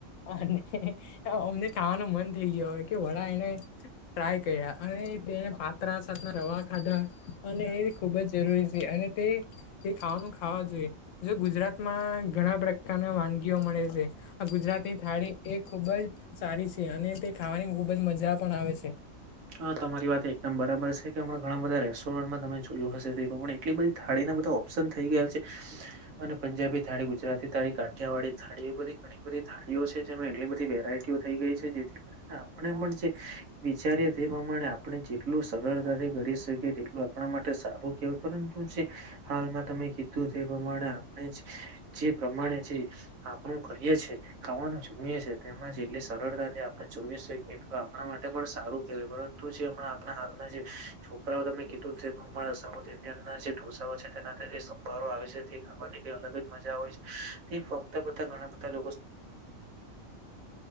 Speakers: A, on the left (about 70°); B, on the right (about 80°).
A: અને <unintelligible> અમને ખાહવાનું મન થઈ ગયો હો કે વડા એને ટ્રાય કર્યા અને તેના પાત્રા સાથેના રવા ખાધા અને એ ખૂબ જ જરૂરી છે અને તે તે ખાવાનું ખાવા જોઈએ જો ગુજરાતમાં ઘણા પ્રકારના વાનગીઓ મળે છે. આ ગુજરાતની થાળી એ ખુબ જ સારી છે અને તે ખાવાની ખુબ જ મજા પણ આવે છે
B: હ તમારી વાત એકદમ બરાબર છે કે હણા ઘણા બધા રેસ્ટોરન્ટમાં તમે જોયું હશે તે પણ એટલી બધી થાળી ના બધા ઓપ્શન થઈ ગયા છે. અને પંજાબી થાળી ગુજરાતી થાળી કાઠિયાવાડથાળીળ એ બધી- ઘણી બધી થાળીઓ છે જેમાં એટલી બધી વેરાયટીઓ થઈ ગઈ છે જેથી પણ જે વિચારી તે પ્રમાણે આપણે જેટલું સરળતાથી કરી શકીએ તેટલું આપણા માટે સારું કહેવાય પરંતુ જે હાલમાં તમે કીધું તે પ્રમાણે આપણે જે પ્રમાણે જે આપણું કરીયે છે ખાવાનું જમીએ છે તેમાં જ એટલી સરળતાથી આપણે જમએ કેટલું આપણા માટે પણ સારું પરંતુ જે હમણાં આપણા હાલના જે છોકરાઓ તમે કીધું છે સાઉથ ઇન્ડિયન ના છે ઢોસાઓ છે તેના જે સંભવારો આવે છે તે ખાવાની કઈ અલગ જ મજા હોય છે તે ફક્ત બધા ઘણા બધા